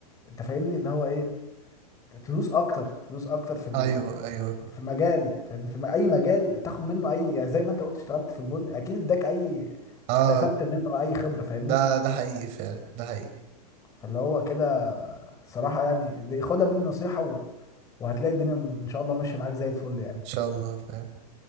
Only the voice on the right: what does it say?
ايوه ايوه
اه
ده ده حقيقي فعلا ده حقيقي
ان شاء الله فعلا